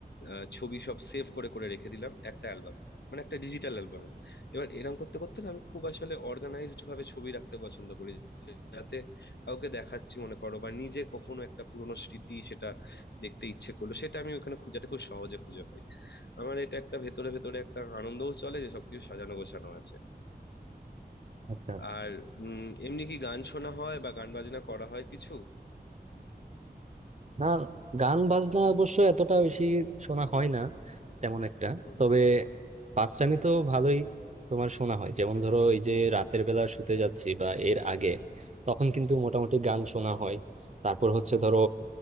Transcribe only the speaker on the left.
আহ, ছবি সব সেভ করে করে রেখে দিলাম একটা অ্যালবাম মানে একটা ডিজিটাল অ্যালবামে এবার এরকম করতে করতে না আমি খুব আসলে অর্গানাইজড ভাবে ছবি রাখতে পছন্দ করি যাতে কাউকে দেখাচ্ছি মনে করো বা নিজে কখনো একটা পুরোনো স্মৃতি সেটা দেখতে ইচ্ছে করলো সেটা আমি ওখানে খু- যাতে খুব সহজে খুঁজে পাই আমার এটা একটা ভেতরে ভেতরে একটা আনন্দও চলে যে সবকিছু সাজানো গোছানো আছে
আর উম এমনি কি গান শোনা হয় বা গান বাজনা করা হয় কিছু
হুম